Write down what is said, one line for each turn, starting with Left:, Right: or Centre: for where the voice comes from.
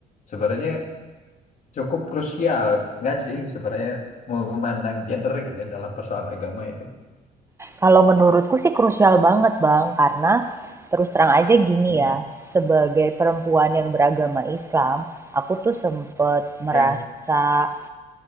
Left: sebenarnya cukup krusial nggak sih sebenarnya memandang gender gitu ya dalam persoalan agama itu.
Right: Kalau menurutku sih krusial banget, Bang. Karena terus terang aja gini
Left: Hmm,
Right: ya, sebagai perempuan yang beragama Islam, aku tuh sempet merasa
Left: Ya.